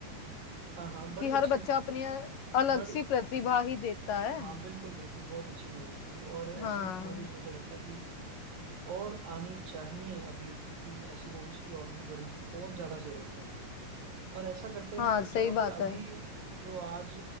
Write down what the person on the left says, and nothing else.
कि हर
बच्चा अपनी अलग
सी प्रतिभा ही देता है
हाँ
हाँ
सही
बात
है